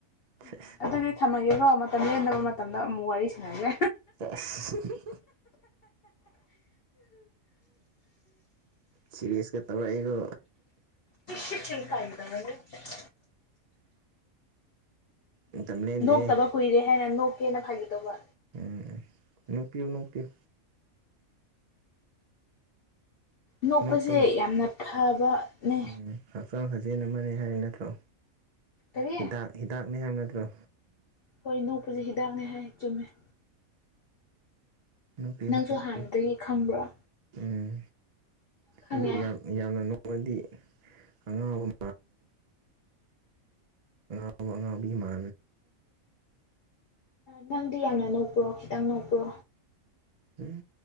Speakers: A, on the left; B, on the right.
A: ꯎꯝ
B: ꯁꯦꯁ
A: ꯑꯗꯨꯗꯤ ꯊꯝꯃꯒꯦꯀꯣ ꯃꯇꯝ ꯂꯦꯟꯗꯕ ꯃꯇꯝꯗ ꯑꯃꯨꯛ ꯋꯥꯔꯤ ꯁꯥꯟꯅꯖꯦ
B: ꯁꯦꯖ ꯁꯤꯔꯤꯌꯦꯁꯀ ꯇꯧꯔꯛꯏꯀꯣ
A: <unintelligible>
B: ꯃꯇꯝ ꯂꯦꯟꯗꯦꯍꯦ
A: ꯅꯣꯛꯇꯕ ꯀꯨꯏꯔꯦ ꯍꯥꯏꯅ ꯅꯣꯛꯀꯦꯅ ꯐꯥꯒꯤ ꯇꯧꯕ
B: ꯎꯝ ꯅꯣꯛꯄꯤꯌꯨ ꯅꯣꯛꯄꯤꯌꯨ
A: ꯅꯣꯛꯄꯁꯦ
B: ꯅꯣꯛꯄꯅ
A: ꯌꯥꯝꯅ ꯐꯕꯅꯦ
B: ꯎꯝ ꯍꯛꯆꯥꯡ ꯁꯥꯖꯦꯜ ꯑꯃꯅꯦ ꯍꯥꯏꯕ ꯅꯠꯇ꯭ꯔꯣ
A: ꯀꯔꯤ
B: ꯍꯤꯗꯥꯛ ꯍꯤꯗꯥꯛꯅꯦ ꯍꯥꯏꯕ ꯅꯠꯇ꯭ꯔꯣ
A: ꯍꯣꯏ ꯅꯣꯛꯄꯁꯦ ꯍꯤꯗꯥꯛꯅꯦ ꯍꯥꯏ ꯆꯨꯝꯃꯦ
B: ꯅꯣꯛꯄꯤꯌꯨ
A: ꯅꯪꯁꯨ
B: ꯅꯣꯛꯄꯤꯌꯨ
A: ꯍꯥꯟꯅꯗꯒꯤ ꯈꯪꯕ꯭ꯔꯣ
B: ꯎꯝ
A: ꯈꯪꯉꯦ
B: ꯑꯗꯨ ꯌꯥꯝ ꯌꯥꯝꯅ ꯅꯣꯛꯑꯗꯤ ꯑꯉꯥꯎꯕ ꯑꯉꯥꯎ ꯑꯃꯨꯛ ꯑꯉꯥꯎꯕꯤ ꯃꯥꯟ
A: ꯅꯪꯗꯤ ꯌꯥꯝꯅ ꯅꯣꯛꯄ꯭ꯔꯣ ꯈꯤꯇꯪ ꯅꯣꯛꯄ꯭ꯔꯣ
B: ꯎꯝ